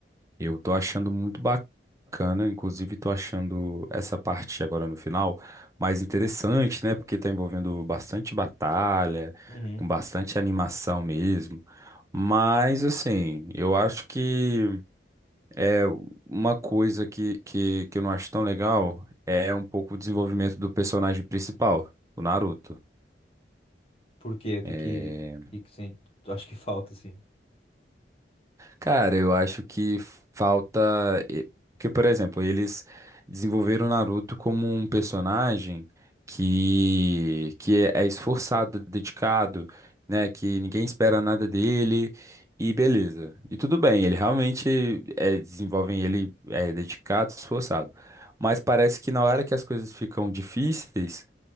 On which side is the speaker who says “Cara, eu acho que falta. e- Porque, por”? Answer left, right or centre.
Right